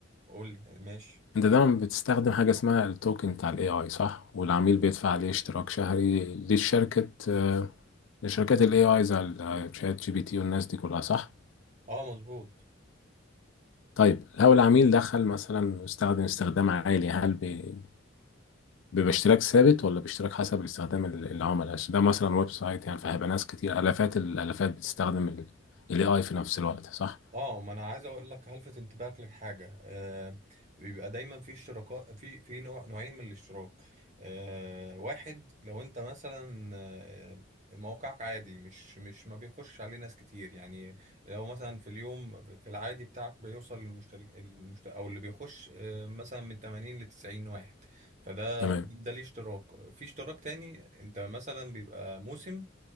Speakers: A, on the right (about 40°); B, on the left (about 75°).
A: لي ماشي
B: انت دايما بتستخدم حاجه اسمها التوكن بتاع الاي اي صح والعميل بيدفع عليه اشتراك شهري للشركه آه، لشركات الاي اي زي الشات جي بي تي والناس دي كلها صح
A: اه مظبوط
B: طيب لو العميل دخل مثلا واستخدم استخدام عالي هل بي- بيبقى اشتراك ثابت ولا باشتراك حسب استخدام ال- العملاء عشان ده مثلا ويب سايت يعني فهيبقى ناس كتير الافات الالافات بتستخدم الاي اي في نفس الوقت صح
A: اه ما انا عايز اقول لك هلفت انتباهك لحاجه آه بيبقى دايما في اشتراكات في في نوع نوعين من الاشتراك آه واحد لو انت مثلا آه، موقعك عادي مش مش ما بيخش عليه ناس كتير يعني لو مثلا في اليوم في العادي بتاعك بيوصل المشترك المشت... او اللي بيخش آه، مثلا من 80 ل 90 واحد فده
B: تمام
A: ده ليه اشتراك في اشتراك تاني انت مثلا بيبقى موسم